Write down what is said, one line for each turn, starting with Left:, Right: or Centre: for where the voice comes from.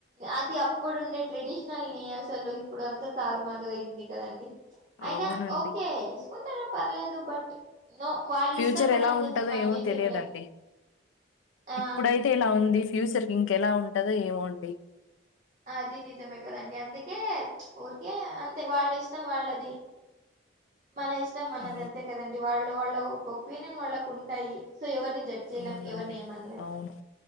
Right: అది అప్పుడుండే ట్రెడిషనల్ నీ అసలు ఇప్పుడు అంతా తారుమారు అయింది కదండి అయినా
Left: అవునండి
Right: ఓకే యెసుకుంటారు పర్లేదు బట్ నో వాళ్ళ
Left: ఫ్యూచర్
Right: ఇష్టం కదండి
Left: ఎలా ఉంటదో
Right: మనం
Left: ఏమో
Right: ఏం
Left: తెలియదండి
Right: చెప్పలేం ఆ
Left: ఇప్పుడైతే ఇలా ఉంది ఫ్యూచర్ ఇంకేలా ఉంటదో ఏమోండి
Right: అది నిజమే కదండి అందు కే ఊరికే అంతే వాళ్ళ ఇష్టం వాళ్ళది మన ఇష్టం మనదంతే
Left: ఆ
Right: కదండి వాళ్ళ వాళ్ళ ఒపీనియన్ వాళ్ళకి ఉంటాయి సో ఎవరిని జడ్జ్ చేయలేం
Left: అవునండి
Right: ఎవరిని ఏమనలేం
Left: అవును